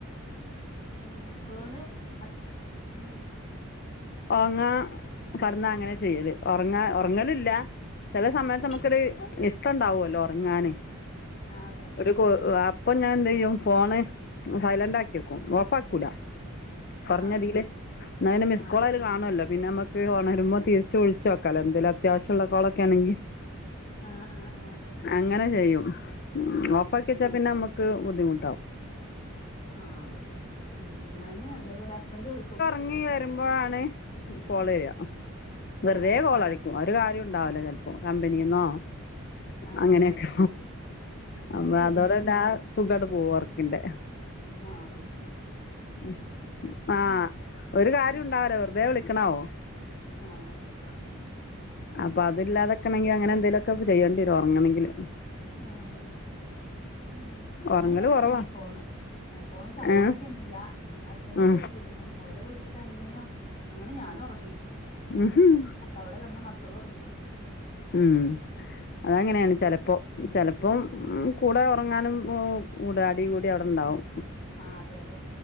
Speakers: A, on the left; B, on the left.
A: ഉ പോണ് ഹസ് ഉം
B: ഉറങ്ങാ കടന്നാ അങ്ങനെ ചെയ്യല് ഉറങ്ങാ ഉറങ്ങലല്ല ചെല സമയത്ത്
A: ആ
B: നമുക്കൊരു ഇഷ്ടം ഉണ്ടാവൂല്ലോ ഉറങ്ങാന്
A: ആ അതെ അതെ
B: ഒരു പ്പ്‌ അപ്പൊ ഞാൻ എന്ത ചെയ്യും ഫോണ് സൈലന്റ് ആക്കിയക്കും ഓഫ് ആക്കൂല കൊറഞ്ഞതില്
A: ആ
B: ന്നാലു മിസ്സ്കാൾ
A: ആ അതെ
B: അതില്
A: അതെ
B: കാണുവല്ലോ പിന്നെ നമ്മക്ക് ക്കെ ഉണരുമ്പോ തിരിച്ച് വിളിച്ചോക്കാലോ എന്തലും അത്യാവശ്യമുള്ള കോളൊക്കെ ആണെങ്കി
A: ആഹ് ആഹ് ആ് അതെ
B: അങ്ങനെ ചെയ്യും മം ഓഫ്
A: ഉം
B: ആക്കി വെച്ചാ പിന്നെ നമുക്ക് ബുദ്ധിമു
A: ആ അതെ ഉം ഞാന് അതേപോലെ ഹസ്ബൻഡ് വിളിക്കും
B: ഇനി വരുമ്പോഴാണ് കോള് വരിക വെറുതെ
A: ആ
B: കോളായി ഒരു കാര്യം ഉണ്ടാവൂല ചെലപ്പോ കമ്പനിന്നോ
A: ആ
B: അങ്ങനെയൊക്കെ
A: അതെ അതെ
B: അ
A: അത് ശരിയാണ്
B: അതോരെല്ല സുഖട പോവും ഉറക്കിന്റെ
A: ആഹ് ആഹ്
B: ഉ ആഹ ഒരു കാര്യം ഉണ്ടാവൂല വെറുതെ വിളിക്കണവു
A: ആഹ് അതെ ഉം
B: ഇപ്പ അതില്ലാതെകണങ്കിൽ അങ്ങനെ എന്തെങ്കിലുക്കെ ചെയ്യേണ്ടിവരും ഉറങ്ങണങ്കില്
A: ആഹ് ഉം
B: ഉറങ്ങൽ
A: ഞാനിപ്പോ തുടങ്ങി
B: കുറവാണ്
A: ഫോണ് ഏ ഫോണ് സൈലന്റാകിഒന്നുല്ലാ
B: ഏ
A: ഹസ്ബൻഡ്
B: ആ
A: വിളിച്ചിരുന്നു അവരെ വിളിച്ചിട്ട് അങ്ങനെ അങ്ങനെ ഞാന ഉറങ്ങി
B: ഉംഹും
A: അപ്പവ്ട കട്ന്ന് മക്കളൊറങ്ങി.
B: ഉം അതങ്ങനേണ്
A: ഉം
B: ചെലപ്പോ ചെലപ്പോം
A: ആഹ്
B: ഉം കൂടെ ഒറങ്ങാനും ഊ കൂടെ അടി കൂടി അവ്ടണ്ടാവും.
A: ആഹ് അതെ അതെ